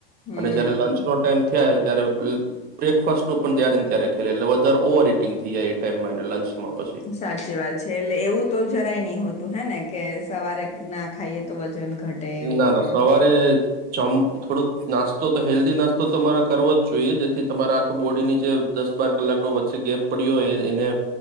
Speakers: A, on the left; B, on the right.
A: હમ
B: અને જયારે લંચ નો ટાઈમ થાઈ ત્યારે બ્રેકફાસ્ટ નું પણ ત્યારે-ત્યારે ખે એટલે વધારે ઓવર ઇટિંગ થઈ એ ટાઈમ માં અને લંચમાં પછી
A: સાચી વાત છે એટલે એવું તો જરાય નહી હોતું હે ને કે સવારે ના ખાઈએ તો વજન ઘટે એવું
B: નાના
A: કે
B: સવારે <unintelligible> થોડોક નાસ્તો તો હેલ્ધી નાસ્તો તમારે કરવો જ જોઈએ જેથી તમારા આખા બોડીની જે દસ બાર કલાકનો વચ્ચે ગેપ પડ્યો હોય એને